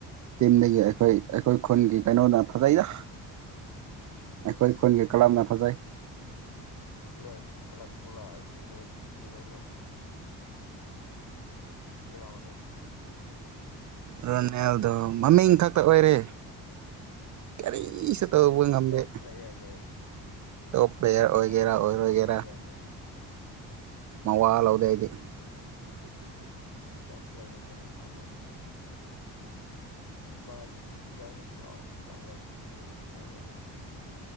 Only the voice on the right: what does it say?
ꯇꯤꯝꯗꯒꯤ ꯑꯩꯈꯣꯏ ꯑꯩꯈꯣꯏ ꯈꯨꯟꯒꯤ ꯀꯩꯅꯣꯅ ꯐꯖꯩꯗ ꯑꯩꯈꯣꯏ
ꯈꯒꯤ ꯀꯥꯝꯅ ꯐꯖꯥꯏ
ꯔꯣꯅꯦꯜꯗꯣ ꯃꯃꯤꯡ ꯈꯛꯇ ꯑꯣꯏꯔꯦ ꯀꯔꯤꯁꯨ ꯇꯧꯕ ꯉꯝꯗꯦ
ꯇꯣꯞ ꯄ꯭ꯂꯦꯌꯔ
ꯑꯣꯏꯒꯦꯔꯥ ꯑꯣꯏꯔꯣꯏꯒꯦꯔꯥ
ꯃꯋꯥ ꯂꯧꯗꯦ ꯑꯩꯗꯤ